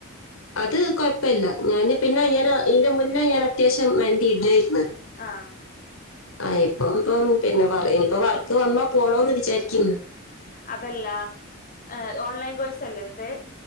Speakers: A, on the left; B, on the left.
A: അത് കൊഴപ്പില്ല ഞാന് പിന്നെ ഞാന് ഇന്റെ മുന്നേ ഞാൻ അത്യാവശ്യം മന്തി ഇടായിരുന്നു
B: ആ
A: ആ ഇപ്പം ഇപ്പ പിന്നെ പറനി ഇപ്പ വർക്ക് വന്നാ പോണന്ന് വിചാരിക്കുന്നു
B: അതല്ല ഏ ഓൺലൈൻ കോഴ്സ് അല്ലേ എടുത്തേ